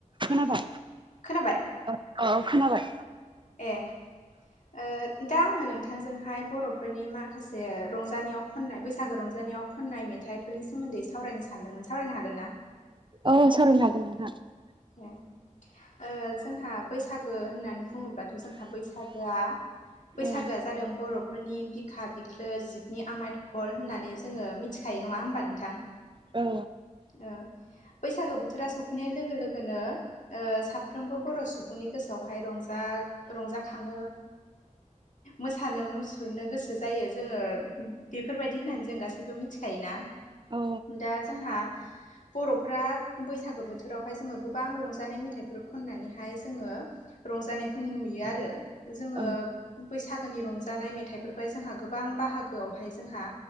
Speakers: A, on the right; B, on the left.
A: खोनाबाय
B: खोनाबाय
A: औ औ खोनाबाय
B: ए ओ दा आङो नोंथांजोंहाय बर'फोरनि माखासे रंजानायाव खननाय बैसाग गो रंजानायाव खननाय मेथाइफोरनि सोमोन्दै सावरायनो सानदोंमोन सावरायनो हागोन ना?
A: औ सावरायनो हागोन नोंथां
B: ए ओ जोंहा बैसागो होननानै बुङोब्लाथ' जोंहा बैसागोआ बैसागोआ
A: औ
B: जादों बर'फोरनि बिखा बि ख्लो जिबनि आमाय थखल होननानै जोङो मिथिखायो नङा होमबा नोंथां
A: औ
B: ओ बैसागो बोथोरा सफैनाय लोगो लोगोनो ओ साफ्रोमबो बर' सुबुंनि गोसोआवहाय रंजा जा रंजाखाङो मोसानो मुसुरनो गोसो जायो जोङो बेफोरबायदि होननानै जों गासैबो मिथिखायोना
A: औ
B: दा जोंहा बर'फ्रा बैसागो बोथोर रावहाय जोङो गोबां रंजानाय मेथाइफोर खननानैहाय जोङो रंजानायखौ नुयो आरो जोङो
A: औ
B: बैसागोनि रंजानाय मे थाइफोरखौहाय जोंहा गोबां बाहागोआवहाय जोंहा